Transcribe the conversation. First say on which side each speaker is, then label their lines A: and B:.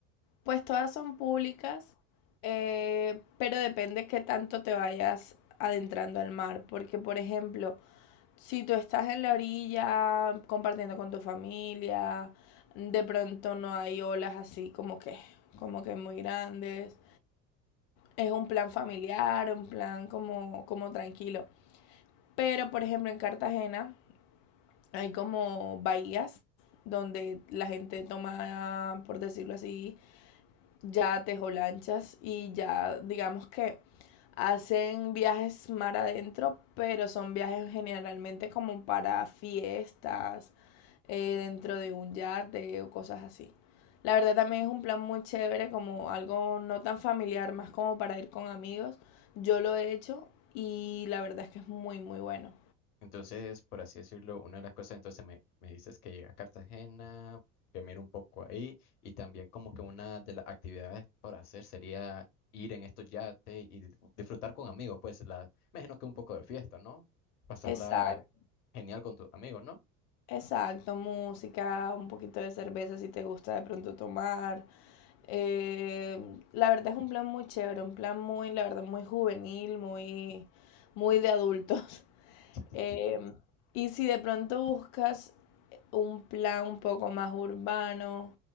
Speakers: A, on the left (about 35°); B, on the left (about 70°).
A: Pues todas son públicas, eh, pero depende qué tanto te vayas adentrando al mar. Porque, por ejemplo, si tú estás en la orilla compartiendo con tu familia, de pronto no hay olas así como que, como que muy grandes. Es un plan familiar, un plan como, como tranquilo. Pero por ejemplo en Cartagena hay como bahías donde la gente toma, por decirlo así, ya tejo lanchas y ya digamos que hacen viajes mar adentro, pero son viajes generalmente como para fiestas, eh, dentro de un yate o cosas así. La verdad también es un plan muy chévere, como algo no tan familiar, más como para ir con amigos. Yo lo he hecho y la verdad es que es muy, muy bueno.
B: Entonces, por así decirlo, una de las cosas, entonces me, me dices que llega a Cartagena, que miro un poco ahí, y también como que una de las actividades por hacer sería ir en estos yates y dif- disfrutar con amigos, pues la, me imagino que un poco de fiesta, ¿no? Pasarla
A: Exacto.
B: genial con tus amigos, ¿no?
A: Exacto, música, un poquito de cerveza si te gusta de pronto tomar. Eh, la verdad es un plan muy chévere, un plan muy, la verdad, muy juvenil, muy, muy de adultos. <laughs>
B: Sí,
A: Em,
B: sí.
A: y si de pronto buscas un plan un poco más urbano,